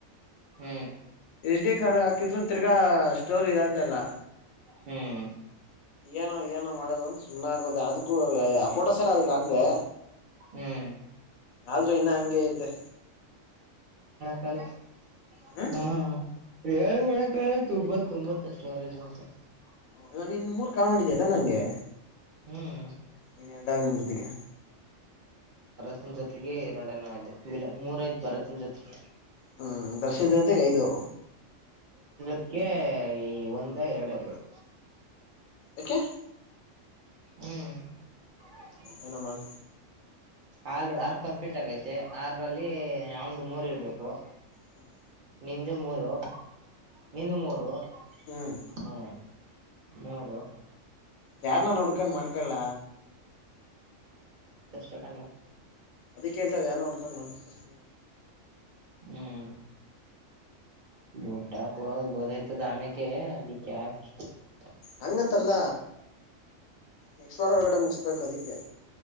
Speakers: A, on the right; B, on the left.
A: ಹ್ಮ್
B: ಎಚ್ ಡಿ ಕಾರ್ಡ್ ಹಾಕಿದ್ರು ತಿರ್ಗಾ ಸ್ಟೋರ್ ಇದತಲ್ಲ
A: ಹ್ಮ್
B: ಏನೋ ಏನೋ ಮಾಡದಂತ ಸುಮ್ಮನೆ ಆಗದೆ ಅದಕ್ಕೂ ಆ ಫೋಟೋ ಸರಿ ಅದಕ್ಕ ಆಗದೆ
A: ಹ್ಮ್
B: ಆದ್ರೂ ಇನ್ನ ಹಂಗಗೆ ಐತೆ
A: <unintelligible>
B: ಹ
A: ಹಾ ಏನ್ ಮಾಡಕ್ಕಾಗಲ್ಲ ತುಂಬ ತೊಂಬತ್ತಷ್ಟು ಸ್ಟೋರೇಜ್ ಅಂತ <unintelligible>
B: ಇವಗ್ ನಿನ್ ಮೂರ್ ಕಾಲ್ ಮಾಡಿದ್ದೇತ ನಂಗೆ
A: ಹ್ಮ್
B: ಇನ್ ಎರಟಾವನ ಜೊತೆಗೆ
A: ನಿನ್ ಜೊತೆಗೆ ಎರಡನ ಇದೆ ಮೂರೈತತ್ ಭರತನ ಜೊತೆಗೆ <unintelligible>
B: ಹ್ಮ್ ದರ್ಶತೆಗೆ ಐದು
A: <unintelligible> ಒಂದ ಎರಡರ್ಬೇಕ
B: ಏಕೆ
A: ಹ್ಮ್ <inaudible>
B: ಎನೊಮಾಡ
A: ಆಲ್ ಆರ್ ಕಂಪ್ಲೀಟ್ ಆಗೈತೆ ಆರಲ್ಲಿ ಅವ್ನ್ದು ಮೂರ್ ಇರ್ಬೇಕು
B: ಹ್ಮ್
A: ನಿಂದು ಮೂರು ನಿಂದ ಮೂರು
B: ಹ್ಮ್
A: ಹ್ಮ ಮೂರು <unintelligible>
B: ಯಾರ್ನ ನುಡ್ಕೊಂಡ್ ಮಾಡ್ಕಳ್ಳ
A: ಚೆಕಂಡ್ <unintelligible>
B: ಅದಿ ಕೇಳ್ತಾ ಯಾರ ನೋಡ್ಕೊಂಡ್ ಮಾಡಕೆ <unintelligible>
A: ಹ್ಮ್ ಬುಟ್ಟಾಕು ಗೊತ್ತಾಗ್ತಾ ಇದೆ ಆಮೇಕೆ <unintelligible>
B: ಹಂಗಂತಲ್ಲ ನೆಕ್ಟ್ ವಾರ ಒಳಗಡೆ ಮುಗಿಸಬೇಕು ಅದಕ್ಕೆ